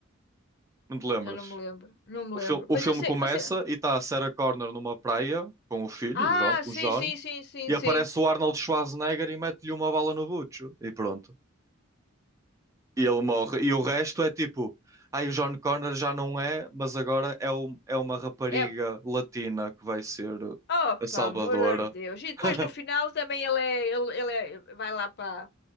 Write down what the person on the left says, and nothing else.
já não me lembro. Não me
lembro.
Mas
eu sei,
mas. eu-
Ah,
sim,
sim, sim, sim,
sim.
É.
Opa,
amor de Deus. E depois
no final também ele é. Ele, ele é- vai lá para.